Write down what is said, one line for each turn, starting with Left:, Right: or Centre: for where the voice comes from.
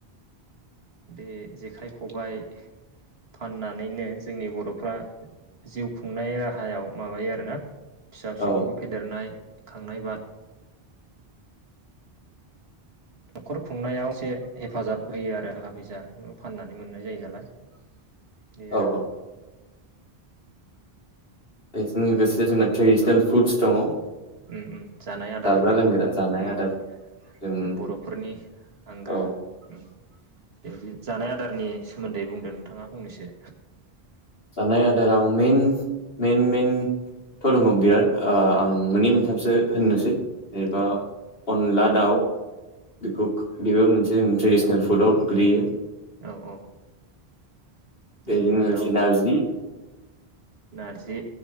Right: बे जेखाइ खबाय फाननानैनो जोंनि बर'फ्रा जिउ खुंनाय राहायाव माबायो आरोना फिसा फिसौफोरखौ
Left: औ
Right: फेदेरनाय। खांनाय बा न'खर खुंनायाव एसे हेफाजाब होयो आरो थाखा फैसा बे फाननानै मोननाय जायो नालाय। बे
Left: औ
Right: आरो
Left: औ बेजों लोगोसे जोंना ट्रेडिसनेल फुदस दङ।
Right: उम उम जानाय आदारफोर
Left: जाग्रा
Right: दङ
Left: लोंग्रा
Right: उम
Left: जानाय आदार जों
Right: बर'फोरनि आंगो
Left: औ
Right: उम बे जानाय आदारनि सोमोन्दै बुंदो नोंथाङा फंनैसो
Left: जानाय आदाराव मेन-मेन-मेनथ' दं बिराद ओ आं मोननै मोनथामसो होननोसै जेनेबा
Right: औ
Left: अनला दाव बेखौ बेबो मोनसे ट्रेडिसनेल फुदाव गोलैयो।
Right: औ औ <inaudible>
Left: बेजोंनो
Right: अनला दाउ
Left: नारजि
Right: उम नारजि